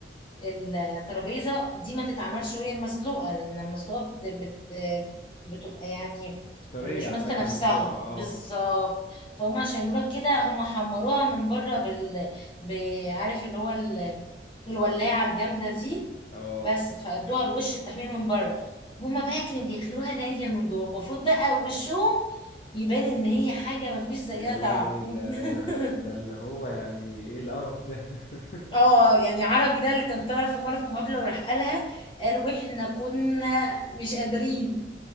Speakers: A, on the left (about 30°); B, on the left (about 45°).
A: الترابيزه دي ما تتعملش وهي مسلوقه لان المسلوقه بت... بت... بتبقى يعني
B: طرية
A: مش
B: عامة
A: ماسكه نفسها
B: بتوع اه
A: بالظبط فهم عشان يعملوها كده هم حمروها من بره بال ب- عارف اللي هو ال... الولاعه الجامده دي
B: اه
A: بس فادوها الوش التحمير من بره هما بقى كانوا بياكلوها نيه من جوه المفروض بقى وشهم يبان ان هي حاجه مفيش زيها
B: يا لهوي
A: طعم
B: ده
A: <laughs>
B: ده اللي هو يعني ايه القرف ده <laughs>
A: اه يعني عربي ده اللي كان طالع في مرة في مقابلة وراح قالها قال واحنا كنا مش قادرين